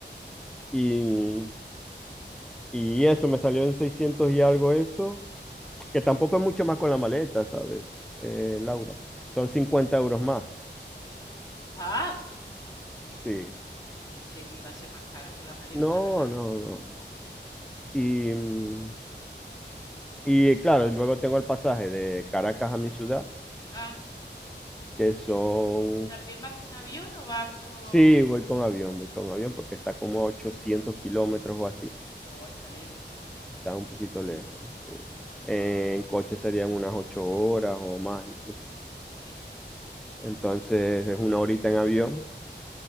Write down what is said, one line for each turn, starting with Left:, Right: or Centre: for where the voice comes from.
Centre: Y, y eso, me salió en 600 y algo eso, que tampoco es mucho más con la maleta, ¿sabes, eh, Laura? Son 50 euros más.
Left: Ah, sí,
Centre: Sí.
Left: no. Yo pe- pensé que iba a ser más caro con la maleta,
Centre: No,
Left: la verdad.
Centre: no, no, no. Y, mm, y claro, luego tengo el pasaje de Caracas a mi ciudad
Left: Ah,
Centre: que son...
Left: ¿que, que también vas con avión o vas con...
Centre: Sí, voy con avión, voy con avión porque está como a 800 kilómetros o así.
Left: Oh, está lejos, sí, entonces.
Centre: Está un poquito lejos, sí. En coche serían unas 8 horas o más incluso.
Left: Sí, sí.
Centre: Entonces es una horita en avión